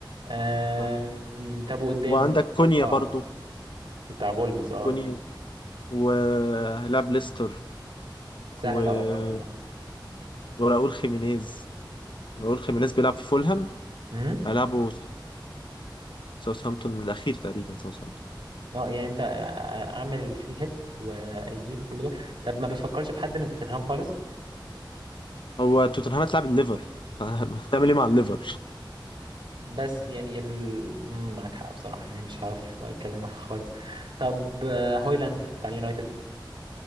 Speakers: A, on the right; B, on the left.
A: آه
B: آه.
A: م، طب وقدام
B: وعندك كونيا
A: اه
B: برضو
A: بتاع فولفز اه
B: كونيا وهيلعب ليستر
A: سهل
B: و...
A: اه برضه ده
B: وراؤول خيمينيز راؤول خيمينيز بيلعب في فولهام
A: امم
B: هيلعبوا ساوثهامبتون الاخير تقريبا ساوثهامبتون
A: اه يعني انت اعمل فري هيت واجيب كل دول طب ما بتفكرش في حد من توتنهام خالص
B: هو توتنهام هتلعب الليفر <laughs> فهتعمل ايه مع الليفر
A: بس يعني ال... مم، معاك حق بصراحة يعني مش هعرف اتكلم معاك خالص طب آه، هويلاند بتاع اليونايتد